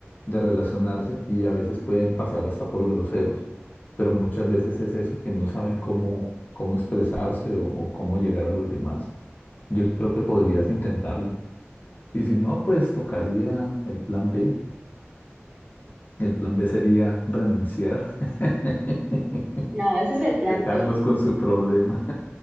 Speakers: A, on the left; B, on the right.
A: de relacionarse y a veces pueden pasar hasta por groseros, pero muchas veces es eso, que no saben cómo, cómo expresarse o o cómo llegar a los demás. Yo creo que podrías intentarlo. Y si no, pues tocaría el plan B el plan B sería renunciar, <laughs>
B: No, ese es el plan
A: dejarlos
B: C.
A: con su problema.